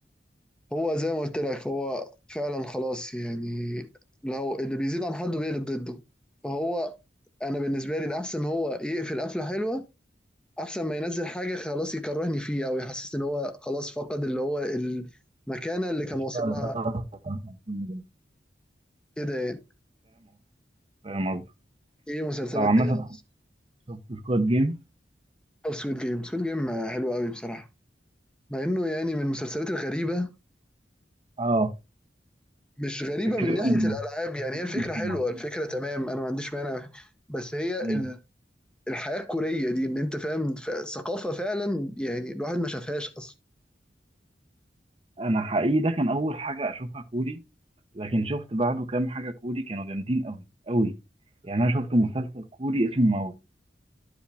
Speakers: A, in the centre; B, on the right.
A: هو زي ما قلت لك هو فعلا خلاص يعني لو اللي بيزيد عن حده بيقلب ضده فهو انا بالنسبه لي الاحسن هو يقفل قفله حلوه احسن ما ينزل حاجه خلاص يكرهني فيه او يحسسني ان هو خلاص فقد اللي هو المكانه اللي كان واصل
B: فاهم
A: لها
B: قصدي
A: كده يعني
B: فاهم قصدي
A: ايه مسلسلات
B: طبعا مثلا
A: تاني
B: شفت سكواد جيم
A: او سquid جيم سquid جيم حلو قوي بصراحه مع انه يعني من المسلسلات الغريبه
B: اه
A: مش غريبه
B: فكرته
A: من ناحيه الالعاب يعني
B: فكرته
A: هي الفكره
B: مش
A: حلوه
B: مفهومة
A: الفكره تمام انا ما عنديش مانع بس هي
B: مم.
A: الحياه الكوريه دي ان انت فاهم ف- ثقافه فعلا يعني الواحد ما شافهاش اصلا
B: انا حقيقي ده كان اول حاجه اشوفها كوري لكن شفت بعده كام حاجه كوري كانوا جامدين قوي قوي يعني انا شفت مسلسل كوري اسمه